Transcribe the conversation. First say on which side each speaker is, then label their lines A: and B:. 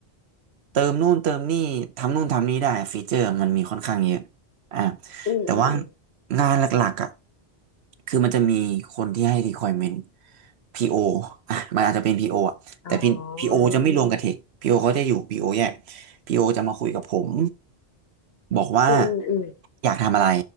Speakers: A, on the right; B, on the left.
A: เติมนู่นเติมนี่ทำนู่นทำนี่ได้ฟีเจอร์มันมีค่อนข้างเยอะอ่ะ
B: อืมอืมอืม
A: แต่ว่างานหลักๆอ่ะคือมันจะมีคนที่ให้ requirement PO ออ่ะมันอาจจะเป็น PO ออ่ะแต่
B: อ๋อ
A: PO จะไม่รวมกับเทค PO เขาจะอยู่ PO แยก PO จะมาคุยกับผมบอกว่า
B: อืมอืมอืม
A: อยากทำอะไร